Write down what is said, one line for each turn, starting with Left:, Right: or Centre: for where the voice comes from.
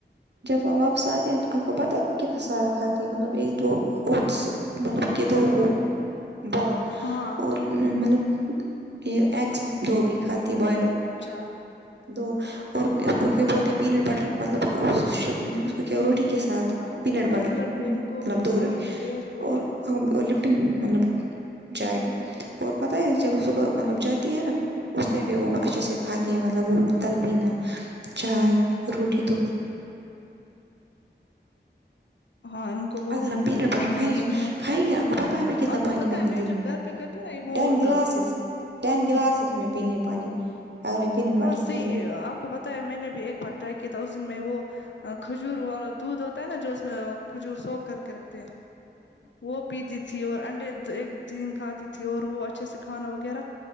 Right: جب وہ واپس آرہی ہے تو آپ ک پتہ ہے وہ کتنا سارا کھاتی ہے مطلب ایک دو اوٹس مطلب کہ دو وہ بال
Left: ہاں
Right: اور مطلب یہ اگس دو بھی کھاتی ہے بائلڈ
Left: اچھا
Right: دو اور اس کو کیا بولتے پینٹ بٹر مطلب اس کو کیا روٹی کے ساتھ
Left: ہاں ان
Right: پینٹ
Left: کو بھوک
Right: بٹر
Left: لگتی
Right: مطلب
Left: ہے ان کو بہت
Right: دو روٹی
Left: انرجی ویسٹ ہوتا
Right: اور
Left: ہے تو
Right: لپٹن مطلب جائے بھی اور پتہ ہے جب صبح مطلب جاتی ہے نا اس ٹائم بھی وہ اچھے سے کھاتی ہیں مطلب وہ تلبینا چائے روٹی دو
Left: ہاں ان کو بہت
Right: اگر ہم
Left: بھوک
Right: پینٹ
Left: لگتی
Right: بٹر
Left: ہے
Right: کھائیں
Left: میں نے
Right: گے
Left: سنا ہے
Right: کھائیں گے آپ کو پتہ ہمیں کتنا
Left: آپ
Right: پانی
Left: کو پتا
Right: پینا
Left: ہے میں
Right: دن
Left: جب گھر پہ کرتی ہوں نا home
Right: ten
Left: ورک
Right: glasses
Left: آؤٹ
Right: ten glasses میں پینے ہے پانی اگر میں پینٹ بٹر
Left: ہاں صحیح
Right: کھانے
Left: آپ آپ کو بتا ہے میں نے بھی ایک بار ٹرائی کیا تھا اس دن میں وہ کھجور والا دودھ ہوتا ہے نا جو اس میں کھجور سوک کر کے رکھتے ہیں وہ پیتی تھی اور انڈے ایک دن کھاتی تھی اور وہ اچھے سے کھانا وغیرہ